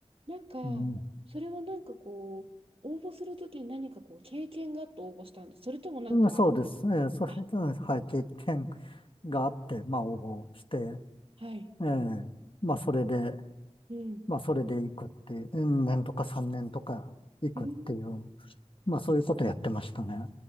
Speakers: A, on the right (about 55°); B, on the left (about 50°).
A: なんか、
B: うん。
A: それはなんかこう、応募するときに何かこう、経験があって応募したんです。それともなんか、
B: うんそうです。えー、そういう、
A: あ、
B: うんはい、経験があって、まあ、応募して、
A: はい、
B: ええまあ、それで、
A: うん。
B: まあ、それで行くっていう、うん年とか3年とか行くっていう、
A: うん、
B: まあ、そういうことやってましたね。